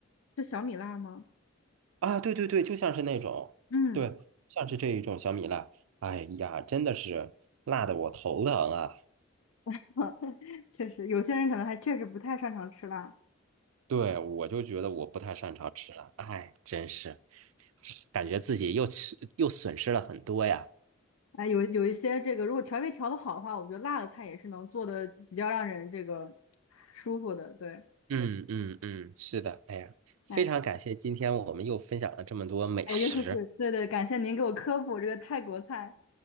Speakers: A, on the left (about 75°); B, on the right (about 80°).
A: 就小米辣吗？
B: 啊！对对对，就像是那种，
A: 嗯，
B: 对，像是这一种小米辣。哎呀，真的是辣的我头疼啊！
A: <laughs> 确实，有些人可能还确实不太擅长吃辣。
B: 对，我就觉得我不太擅长吃辣，哎，真是感觉自己又吃又损失了很多呀。
A: 哎，有有一些这个，如果调味调的好的话，我觉得辣的菜也是能做的比较让人这个舒服的。对，
B: 嗯嗯嗯，是的，哎呀，非常感谢今天我们又分享了这么多美食。
A: 哎哎，又是对对，感谢您给我科普这个泰国菜